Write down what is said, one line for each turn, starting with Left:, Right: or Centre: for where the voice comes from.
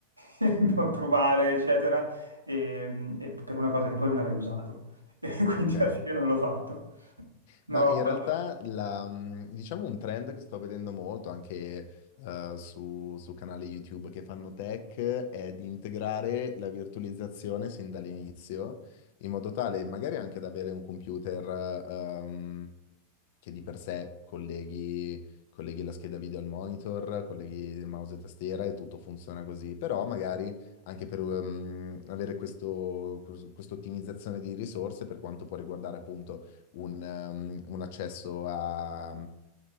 Right: <laughs> e provare, eccetera, e, e per una cosa che poi non avrei usato. <laughs> E quindi
Left: Ok.
Right: alla fine non l'ho fatto. No,
Left: Ma in
Right: ho fatto-
Left: realtà la, mm, diciamo un trend che sto vedendo molto anche eh, su, su canali YouTube che fanno tech è di integrare la virtualizzazione sin dall'inizio, in modo tale magari anche ad avere un computer ehm, che di per sé colleghi, colleghi la scheda video al monitor, colleghi il mouse e tastiera e tutto funziona così, però magari anche per ehm, avere questo, questo- questa ottimizzazione di risorse per quanto può riguardare appunto un, ehm, un accesso a,